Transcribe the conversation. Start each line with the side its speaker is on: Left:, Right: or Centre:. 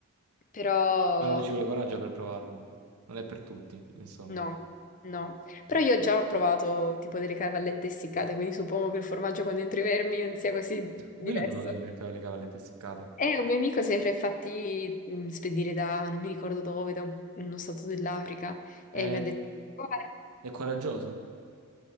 Left: però
Right: Eh, Ci vuole coraggio per provarlo. Non è per tutti, insomma.
Left: no, no. Però io ho già provato tipo delle cavallette essiccate, quindi suppongo che il formaggio con dentro i vermi non sia così diverso.
Right: Noi le ho provate le, ca- le cavallette seccate.
Left: E un mio amico si era fatti mh, spedire da, non mi ricordo dove, da un- uno stato dell'Africa,
Right: È,
Left: e mi ha detto, "Di provare?"
Right: è coraggioso.